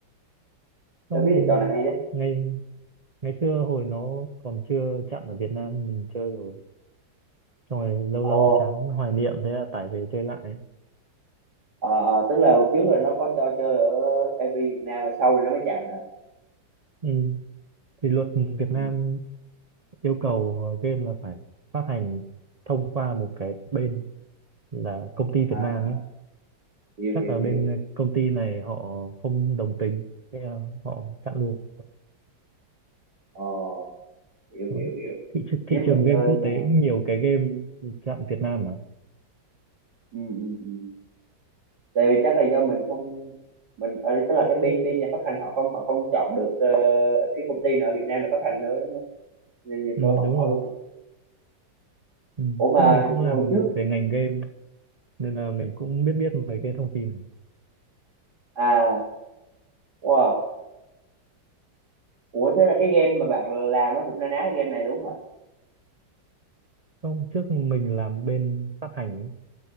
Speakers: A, on the right; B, on the right.
A: tao
B: Đó
A: biết
B: mình
A: là trò này hay đấy
B: ngày ngày xưa hồi nó còn chưa chạm ở Việt Nam mình chơi rồi xong rồi lâu lâu
A: ồ
B: chán hoài niệm thế là tải về chơi lại
A: ờ ờ, tức là hồi trước là nó có cho chơi ở MV Việt Nam mà sau rồi nó mới chặn hả
B: ừ. thì luật Việt
A: ừ.
B: Nam yêu cầu game là phải phát hành thông qua một cái bên là công ty
A: à
B: Việt
A: à
B: Nam ấy
A: hiểu
B: chắc
A: hiểu
B: là
A: hiểu
B: bên công ty này họ không đồng tình thế là họ chặn luôn
A: ờ hiểu
B: Đó.
A: hiểu hiểu
B: Thị, tr- thị
A: nếu mà
B: trường game
A: chơi
B: quốc
A: mà
B: tế cũng nhiều cái game dạng Việt Nam mà.
A: ừ, ừ, ừ. tại vì chắc là do mình không mình ở đây- tức là cái bên bên nhà phát hành họ không họ không chọn được ờ, cái công ty nào ở Việt Nam để phát hành nữa đúng không? nên thì
B: Ừ,
A: thôi họ
B: đúng
A: bỏ
B: rồi.
A: luôn
B: Ừ.
A: ủa mà
B: Trước mình cũng
A: hồi
B: làm
A: trước
B: về ngành game nên là mình cũng biết biết mấy cái thông tin này.
A: à wow ủa thế là cái game mà bạn làm nó cũng na ná cái game này đúng hả
B: Không, trước mình làm bên phát hành ấy.